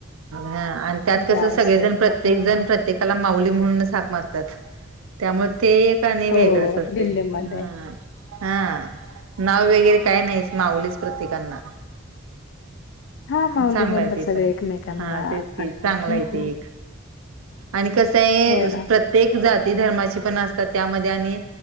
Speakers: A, on the right; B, on the left.
A: ह आणि त्यात कस
B: जावंसं
A: सगळेजण
B: येतं
A: प्रत्येक
B: हम्म
A: जण प्रत्येक. त्याला माऊली म्हणूनच हाक मारतात त्यामुळे ते तिथं आणि
B: हो
A: वेगळच असते
B: दिंडीमध्ये
A: हा हा! नाव वगैरे काय नाहीच माऊलीच प्रत्येकांना.
B: हा माऊली
A: चांगला
B: म्हणतात
A: हाय ते
B: सगळे
A: पण,
B: एकमेकांना
A: हा तेच की
B: आणि
A: चांगलय
B: हम्म
A: ते एक. आणि कसं आहे
B: हो ना
A: प्रत्येक जाती धर्माची पण असतात त्यामध्ये आणि